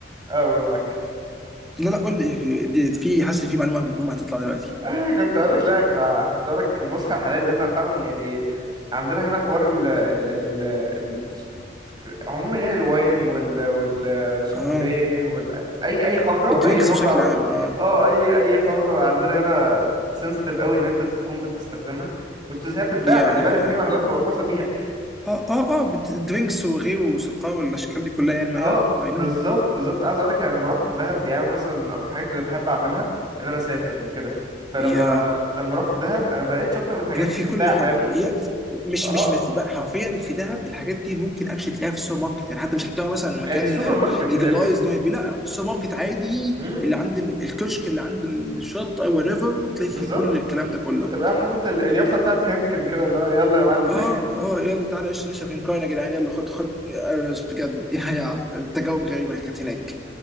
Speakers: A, on the right; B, in the centre.
A: اه وانا معاك
B: لا لا قول لي إيه، دي- في حاسس في معلومة مهمة هتطلع دلوقتي
A: <laughs> كنت اقول لك لا كنت ع- كنت اقول لك النسخه الحاليه لان فعلا يعني عندنا هنا حوار ال ال ال ال- عموما يعني الواين وال والشامبين
B: اه
A: وال اي اي خمره
B: الدرينكس
A: اي خمره
B: بشكل
A: عموما
B: عام اه
A: اه اي اي خمره عندنا هنا سنسيتيف قوي ان انت تكون بتستخدمها وتزهق بتتباع
B: يا
A: خلي
B: يا
A: بالك
B: يا
A: وفي محلات مرخصه بيها
B: اه اه اه بت- الدرينكس وغيره وسقاوة والاشكال دي كلها يعني ما
A: اه
B: يا اي
A: بالظبط
B: نو
A: بالظبط عايز اقولك انا لما رحت دهب يعني أنا مثلا من اكتر الحاجات اللي بحب اعملها ان انا اسافر وكده فلما
B: يا
A: لما رحت دهب انا ما لقيتش اكتر من الحاجات
B: هناك
A: دي
B: في
A: بتتباع
B: كل حاجه
A: فاهمني
B: يا- مش
A: اه
B: مش مثل بقى حرفيا في دهب الحاجات دي ممكن اكشلي تلاقيها في السوبر ماركت يعني حتى مش هتلاقيها مثلا
A: هي
B: مكان
A: في السوبر ماركت
B: ليجلايز
A: هي في السوق
B: ان هو يبيع لا في السوبر ماركت عادي
A: امم
B: اللي عند ال- الكشك اللي عند الشط او وات ايفر بتلاقي
A: بالظبط
B: فيه كل الكلام ده كله
A: وتلاقيها حاطط ال- اليافطه بتاعت هنكن كده اللي هو يلا يا معلم
B: اه اه يلا تعالى ايش نشرب هنكاين يا جدعان يلا خد خد آه، بجد <laughs> يا يا التجاوب غريبه كانت هناك